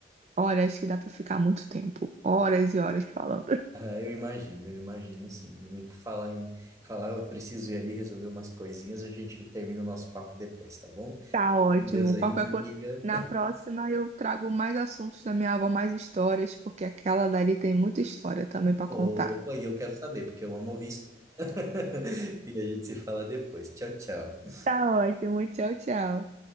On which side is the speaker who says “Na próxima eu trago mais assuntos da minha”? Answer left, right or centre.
Right